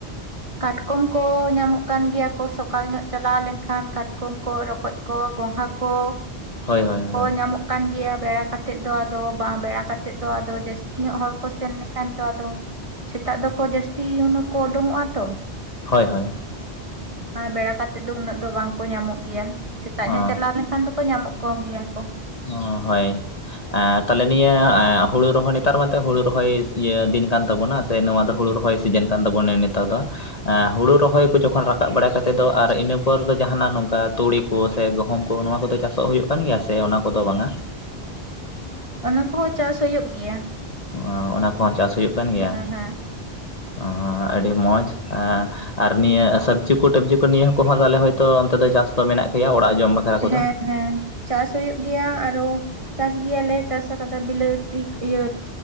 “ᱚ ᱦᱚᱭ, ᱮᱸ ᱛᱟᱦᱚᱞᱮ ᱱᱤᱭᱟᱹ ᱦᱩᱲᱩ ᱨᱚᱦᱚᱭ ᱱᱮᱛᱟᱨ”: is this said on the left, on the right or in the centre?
Left